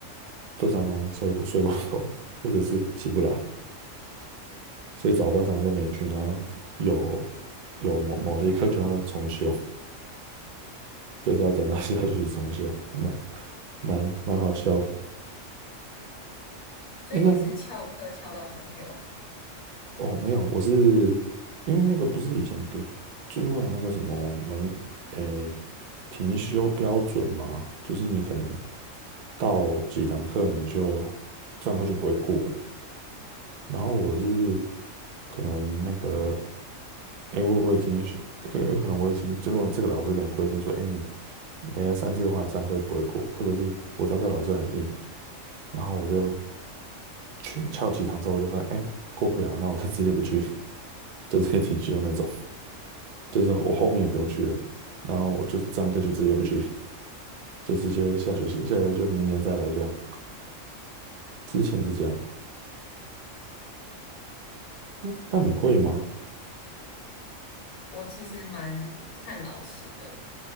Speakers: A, on the right; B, on the left.
A: 都常常睡过睡过头，或者是起不来，<laughs> 所以早八常常都没去，然后有有某某些课就要重修，就是要等到下学期重修，那蛮蛮好笑的。
B: 所以你是翘课翘到重修？
A: 诶，那哦，没有，我是因为那个不是以前读，就是会有那个什么门，诶，停修标准嘛，就是你可能到几堂课你就这堂课就不会过了，然后我是可能那个，哎，我我已经是，可有可能我已经就是我这个老师可能规定说，哎，你没来三次的话，你上课不会过，或者是我知道这个老师很硬，然后我就去翘几堂之后，我就发现，哎，过不了，那我就直接不去，<laughs> 就直接停休那种，就是我后面也不用去了，然后我就上课就直接不去，就直接下学期，下学期就明年再来这样，之前是这样，那那你会吗？
B: 我其实蛮看老师的，